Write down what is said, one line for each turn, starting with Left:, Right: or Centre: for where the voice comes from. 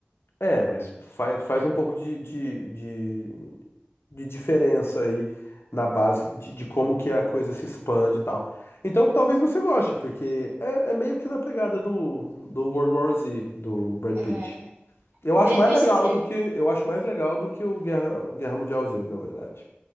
Left: É, mas faz, faz um pouco de, de, de de diferença aí na base de, de como que a coisa se expande e tal. Então talvez você goste, porque é, é meio que na pegada do, do World War Z, do Brad
Right: É,
Left: Pitt. Eu
Right: de-
Left: acho mais
Right: deixa
Left: legal
Right: de
Left: do que eu acho mais legal do que o Guerra, o Guerra Mundial Z, na verdade.